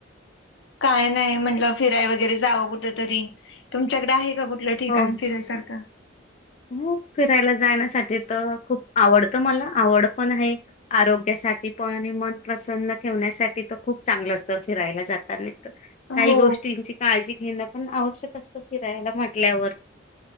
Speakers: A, on the left; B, on the left.
A: काय नाही म्हटलं फिराय वगैरे जावं कुठ तरी तुमच्याकडे आहे. का कुठलं ठिकाण
B: हो
A: फिरायसारखं.
B: हो फिरायला जाण्यासाठी तर खूप आवडतं मला आवड पण आहे आरोग्या साठी पण मन प्रसन्न ठेवण्यासाठी तर खूप चांगलं असत फिरायला जातानेच. काही
A: हो
B: गोष्टींची काळजी घेणं. पण आवश्यक असत फिरायला म्हटल्यावर